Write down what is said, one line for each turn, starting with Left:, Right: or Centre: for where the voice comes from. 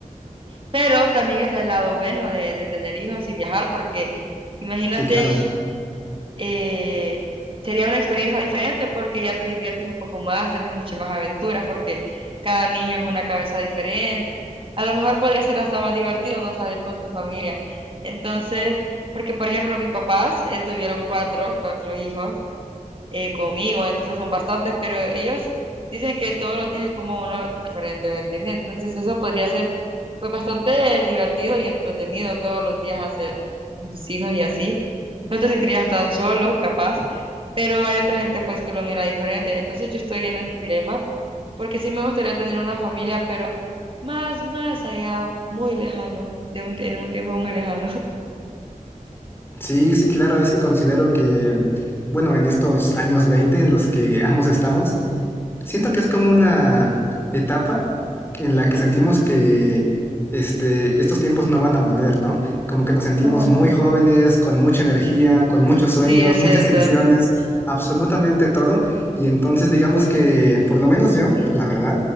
Right: pero también está el lado bueno de, de tener hijos y viajar, porque imagínate
Left: Sí, claro.
Right: eh, sería una experiencia diferente porque ya te diviertes un poco más, tenés muchas más aventuras porque cada niño es una cabeza diferente. A lo mejor podría ser hasta más divertido no salir con tu familia. Entonces, porque por ejemplo mis papás eh, tuvieron cuatro, cuatro hijos eh, conmigo, entonces son bastantes, pero ellos dicen que todos los días es como una aventura diferente, ¿me entiendes? Entonces eso podría ser pues bastante divertido y entretenido todos los días hacer con tus hijos y así. No te sentirías tan solo, capaz pero hay otra gente pues que lo mira diferente. Entonces yo estoy en ese dilema porque sí me gustaría tener una familia, pero más, más allá, muy lejano, de un, en un tiempo muy lejano.
Left: Sí, sí, claro, es que considero que, bueno, en estos años 20 en los que <laughs> ambos estamos, Siento que es como una etapa en la que sentimos que este, estos tiempos no van a volver, ¿no? Como que nos sentimos
Right: <laughs> Ajá,
Left: muy jóvenes, con mucha energía, con muchos sueños,
Right: Sí, es
Left: muchas
Right: cierto.
Left: ilusiones, absolutamente todo. Y entonces digamos que, por lo menos yo, la verdad,